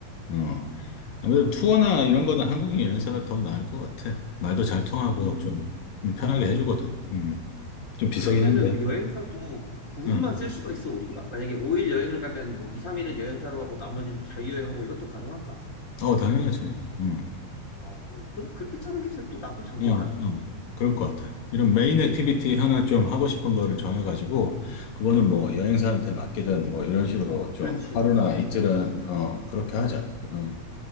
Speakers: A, on the left; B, on the left.
A: 어, 아무래도 투어나 이런 거는 한국인 여행사가 더 나을 것 같아. 말도 잘 통하고
B: 음.
A: 좀
B: 음.
A: 음, 편하게 해주거든. 음, 좀 비싸긴
B: 그러면은
A: 한데.
B: 뭐 여행사도 부분만
A: 응.
B: 쓸 수가 있어 우리가. 만약에 5일 여행을 가면 뭐 2, 3일은 여행사로 하고 나머지는 뭐 자유여행하고 이것도 가능한가?
A: 어, 당연하지. 응.
B: 어, 그럼 그렇게 짜는 게 또 나쁘지 않겠다.
A: 어, 어, 그럴 것 같아. 이런 메인 액티비티 하나 좀 하고 싶은 거를 정해가지고, 그거는 뭐 여행사한테
B: 음.
A: 맡기든 뭐 이런 식으로 좀
B: 그렇지,
A: 하루나
B: 그렇지.
A: 이틀은, 어, 그렇게 하자. 응,